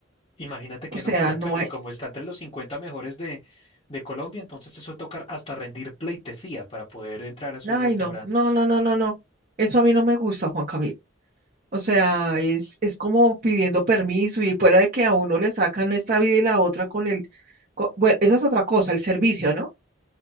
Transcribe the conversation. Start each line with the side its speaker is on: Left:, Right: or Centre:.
Left: Imagínate
Right: o
Left: qué
Right: sea,
Left: locura,
Right: no
Left: claro,
Right: hay,
Left: y como está entre los 50 mejores de, de Colombia, entonces eso toca hasta rendir pleitesía para poder entrar a sus
Right: ay,
Left: restaurantes.
Right: no, no, no, no, no, no, eso a mí no me gusta, Juan Camilo. O sea, es, es como pidiendo permiso y fuera de que a uno le sacan esta vida y la otra con el, co- bueno, eso es otra cosa, el servicio, ¿no?